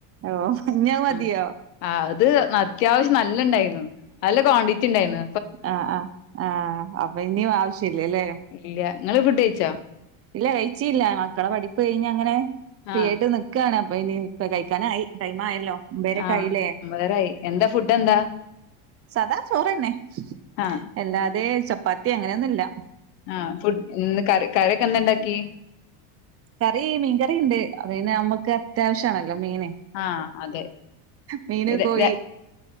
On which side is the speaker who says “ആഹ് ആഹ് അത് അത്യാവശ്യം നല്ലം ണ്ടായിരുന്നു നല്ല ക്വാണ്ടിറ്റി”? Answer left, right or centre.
Left